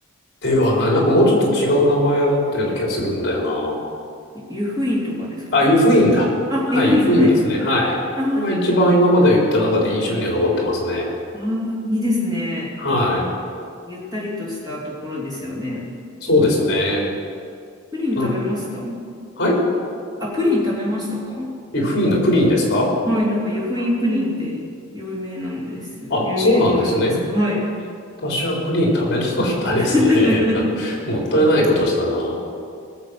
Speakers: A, on the left; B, on the right.
A: ではない。なんかもうちょっと違う名前があったような気がするんだよな。
B: ゆ湯布院とかですかね。
A: あ、湯布院だ。
B: あ、
A: はい、
B: 湯布院、
A: 湯布院ですね。
B: はい。
A: はい。
B: あー
A: が一番今まで言った中で印象には残ってますね。
B: あー、いいですね。
A: はい。
B: ゆったりとしたところですよね。
A: そうですね。
B: プリン食べました
A: なんはい
B: あ、プリン食べましたか
A: 湯布院のプリンですか
B: はい、なんか湯布院プリンって有名なんです。
A: うんあ、
B: 有名のようなんですけど、
A: そうなんですね。
B: はい。
A: 私はプリン食べなかったですね。
B: <laughs>
A: <laughs> な、もったいないことしたな。